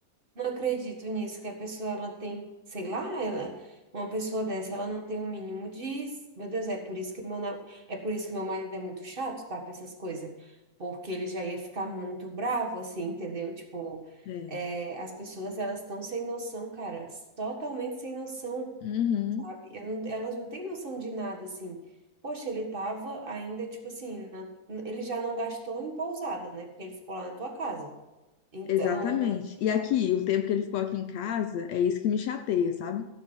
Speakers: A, on the right; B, on the left.
A: Não acredito nisso que a pessoa ela tem, sei lá, ela, uma pessoa dessa, ela não tem o mínimo de, meu Deus, é por isso que meu, na- é por isso que meu marido é muito chato, tá, para essas coisas, porque ele já ia ficar muito bravo assim, entendeu? Tipo,
B: É.
A: é, as pessoas elas estão sem noção, cara, totalmente sem noção.
B: Uhum.
A: sabe? Eu não- elas não têm noção de nada, assim. Poxa, ele tava ainda, tipo assim, na- ele já não gastou em pousada, né? Porque ele ficou lá na tua casa. Então,
B: Exatamente. E aqui, o tempo que ele ficou aqui em casa, é isso que me chateia, sabe?